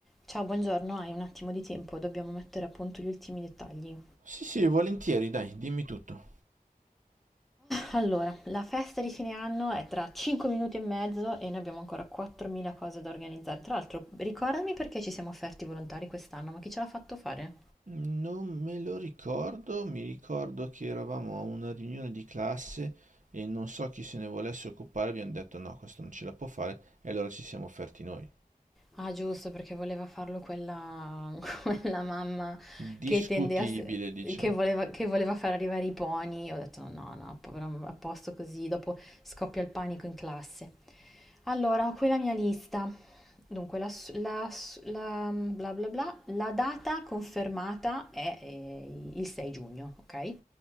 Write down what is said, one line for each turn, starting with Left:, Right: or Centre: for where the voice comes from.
Centre: Ciao, buongiorno, hai un attimo di tempo, dobbiamo mettere a punto gli ultimi dettagli.
Right: Sì, sì, volentieri, dai, dimmi tutto.
Centre: Allora, la festa di fine anno è tra 5 minuti e mezzo e noi abbiamo ancora 4.000 cose da organizzare. Tra l'altro, ricordami perché ci siamo offerti volontari quest'anno, ma chi ce l'ha fatto fare?
Right: Non me lo ricordo, mi ricordo che eravamo a una riunione di classe e non so chi se ne volesse occupare, abbiamo detto no, questo non ce la può fare e allora ci siamo offerti noi.
Centre: Ah, giusto, perché voleva farlo quella, <laughs> quella mamma
Right: Discutibile,
Centre: che tende a s-
Right: diciamo.
Centre: che voleva, che voleva far arrivare i pony. Ho detto no, no, povero, a posto così, dopo scoppia il panico in classe. Allora, ho qui la mia lista. Dunque, la, s- la s- la- bla bla bla, la data confermata è eh, il 6 giugno, ok?